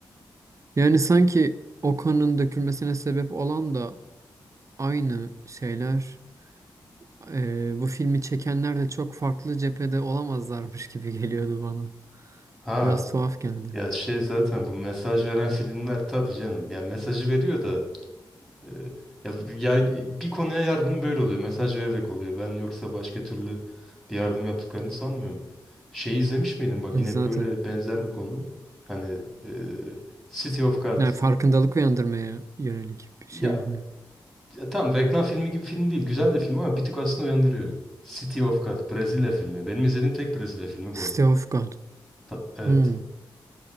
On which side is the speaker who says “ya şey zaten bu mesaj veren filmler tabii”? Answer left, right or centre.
Centre